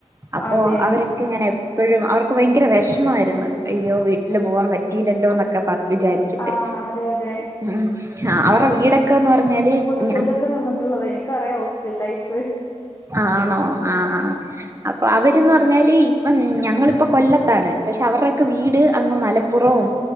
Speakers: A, on the right; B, on the left.
A: അപ്പോ
B: അതെയോ
A: അവരെ ഇങ്ങനെ എപ്പോഴും അവർക്ക് ഭയങ്കര വെഷമായിരുന്നു അയ്യോ വീട്ടിൽ പോകാൻ പറ്റിയില്ലല്ലോ എന്നൊക്കെ പറഞ് വിചാരിച്ചിട്ട്
B: ആഹ് അതെ അതെ
A: ഉം അവരടെ വീടൊക്കെന്ന് പറഞ്ഞാല്
B: ഹോസ്റ്റലൊക്കെ
A: ഞ
B: നിന്നിട്ടുള്ളത് എനിക്കറിയാം ഹോസ്റ്റൽ ലൈഫ്-
A: ആണോ ആഹ് ആ.. അപ്പൊ അവര്ന്ന് പറഞ്ഞാല് ഇപ്പം ഞങ്ങളിപ്പൊ കൊല്ലത്താണ് പക്ഷെ അവരുടെക്കെ വീട് അങ്ങ് മല പ്പുറവും